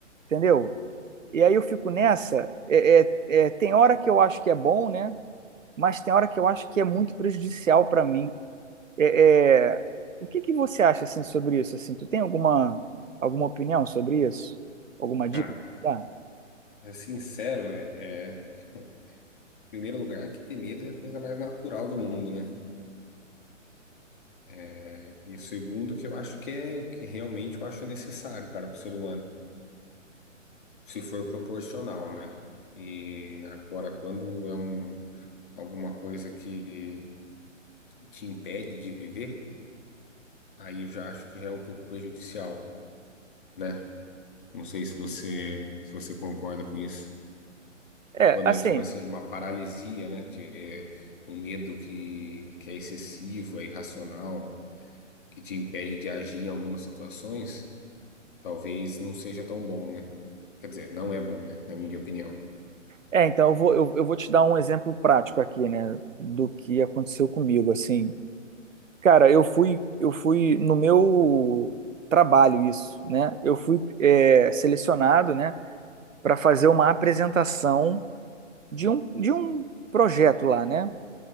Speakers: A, on the right; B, on the left.
A: Entendeu? E aí eu fico nessa. é- é- é, tem hora que eu acho que é bom, né? Mas tem hora que eu acho que é muito prejudicial para mim. É, é, o que que você acha assim sobre isso? Assim, tu tem alguma alguma opinião sobre isso? Alguma dica?
B: Cara,
A: Dá?
B: é sincero, é, é, em primeiro lugar, que ter medo é a coisa mais natural do mundo, né? É, e o segundo, que eu acho que é que realmente eu acho necessário, cara, para o ser humano, se for proporcional, né? E agora, quando é um, alguma coisa que te impede de viver, aí eu já acho que já é um pouco prejudicial, né? Não sei se você, se você concorda com isso.
A: É,
B: Quando
A: é, assim,
B: é tipo assim, uma paralisia, né? Te- é um medo que, que é excessivo, é irracional, que te impede de agir em algumas situações, talvez não seja tão bom, né? Quer dizer, não é bom, né? Na minha opinião.
A: é, então eu vou, eu, eu vou te dar um exemplo prático aqui, né, do que aconteceu comigo, assim, Cara, eu fui, eu fui no meu trabalho isso, né? Eu fui é, selecionado, né, para fazer uma apresentação de um, de um projeto lá, né?